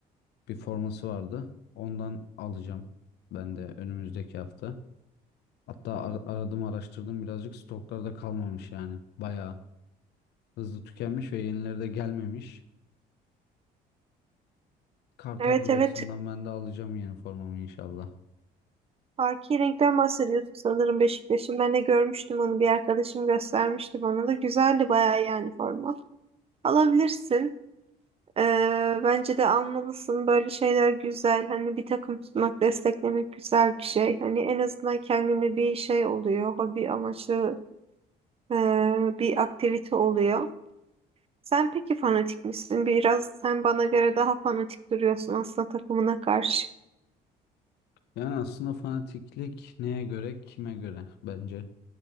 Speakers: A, on the left (about 80°); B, on the right (about 35°).
A: bir forması vardı. Ondan alacağım ben de önümüzdeki hafta. Hatta ar- aradım araştırdım birazcık stoklarda kalmamış yani. Bayağı hızlı tükenmiş ve yenileri de gelmemiş. Kartal
B: Evet
A: yuvasından
B: evet
A: ben de alacağım yeni formamı inşallah.
B: Haki renkten bahsediyorsun sanırım Beşiktaş'ın. Ben de görmüştüm onu bir arkadaşım göstermişti bana da. Güzeldi bayağı yani forma. Alabilirsin. Ee, bence de almalısın. Böyle şeyler güzel. Hani bir takım tutmak, desteklemek güzel bir şey. Hani en azından kendine bir şey oluyor. Hobi amaçlı e, bir aktivite oluyor. Sen peki fanatik misin? Biraz sen bana göre daha fanatik duruyorsun aslında takımına karşı.
A: Yani aslında fanatiklik neye göre, kime göre bence.